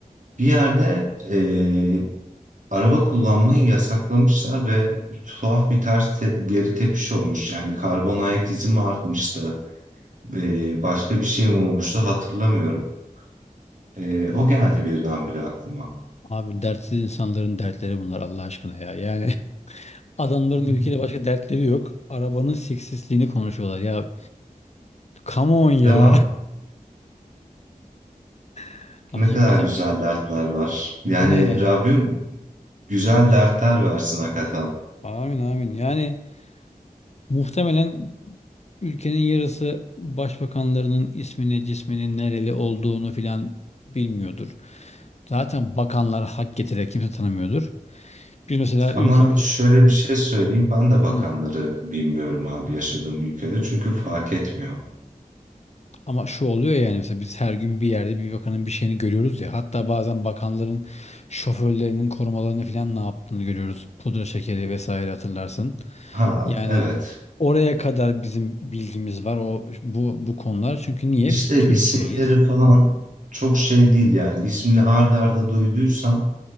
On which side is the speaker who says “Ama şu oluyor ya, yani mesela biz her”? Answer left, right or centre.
Left